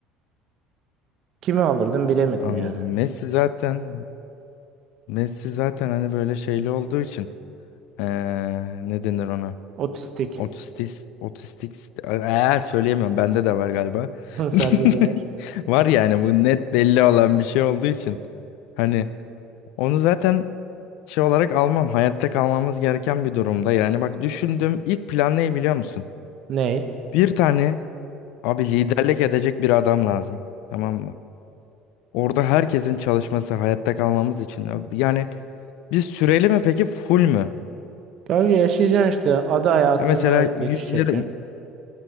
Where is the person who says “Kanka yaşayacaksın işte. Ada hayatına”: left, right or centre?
Right